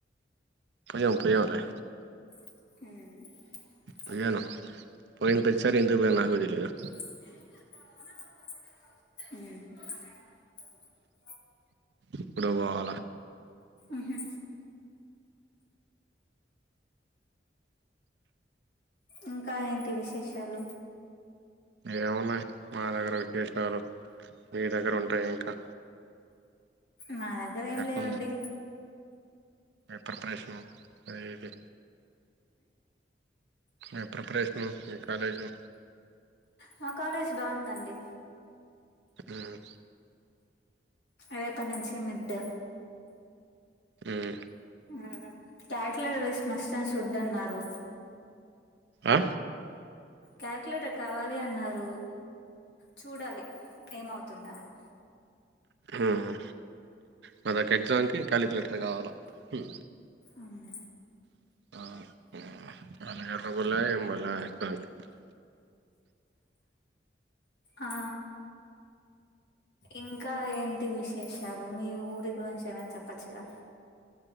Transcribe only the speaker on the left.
మ్
మ్
మ్ హు ఇంకా ఏంటి విశేషాలు
మా దగ్గర ఏం
లేవండి
మా కాలేజ్ బాగుందండి
రేప్పాన్ నుంచి mid
<unintelligible> must and should అన్నారు
క్యాలిక్యులేటర్ కావాలి అన్నారు చూడాలి ఏమవుతుందా అని
మ్
ఆ ఇంకా ఏంటి విశేషాలు మీ ఊరి గురించి ఏమనా చెప్పచ్చుగా